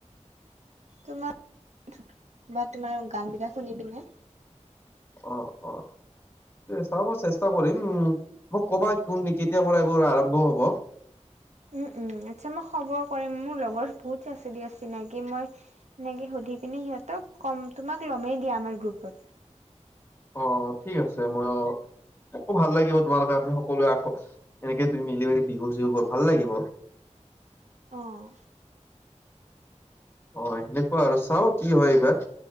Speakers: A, on the right (about 70°); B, on the left (about 20°).
A: তোমাৰ, বা তোমাৰ গান বিলাক শুনি পিনে।
B: অঁ অঁ। চাব চেষ্টা কৰিম উ মোক কবা কি কেতিয়াৰ পৰা এইবোৰ আৰম্ভ হব।
A: উম উম আচ্ছা মই খবৰ কৰিম মোৰ লগৰ বহুত চচিৰি আছে। চিনাকি মই সনেকে সুধি পিননে সিহঁতক কম তোমাক লমেই দিয়া আমাৰ গ্ৰুপত। <unintelligible>
B: অঁ ঠিক আছে মই অঁ। আকৌ ভাল লাগিব তোমালোকে আমি সকলোৱে আকৌ, এনেকে তুমি মিলি মেলি বিহু চিহু কৰ ভাল লাগিব।
A: আঁহ।
B: অঁ সেনেকুৱা আৰু চাওঁ কি হয় এইবাৰ,